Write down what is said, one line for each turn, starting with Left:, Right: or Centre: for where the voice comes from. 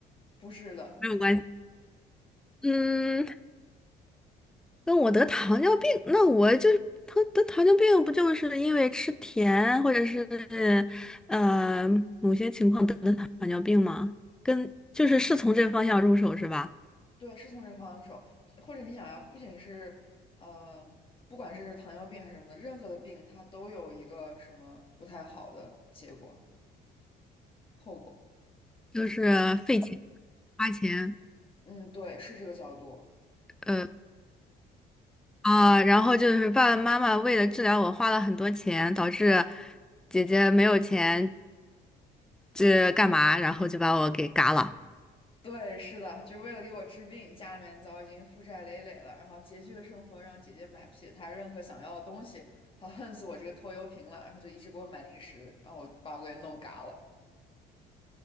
Left: 不是的，
Centre: 没有关系。嗯，跟我得糖尿病，那我就是糖得糖尿病，不就是因为吃甜或者是呃某些情况得的糖尿病吗？跟就是是从这方向入手是吧？
Left: 对，是从这个方向说。或者你想呀，不仅是呃，不管是糖尿病还是什么的，任何的病它都有一个什么不太好的结果后果。
Centre: 就是费钱花钱，
Left: 嗯，对，是这个角度。
Centre: 呃啊，然后就是爸爸妈妈为了治疗我花了很多钱，导致姐姐没有钱这干嘛，然后就把我给嘎了。
Left: 对，是的，就为了给我治病，家里面早已经负债累累了，然后拮据的生活让姐姐买不起她任何想要的东西，她恨死我这个拖油瓶了，然后就一直给我买零食，然后我把我给弄嘎了。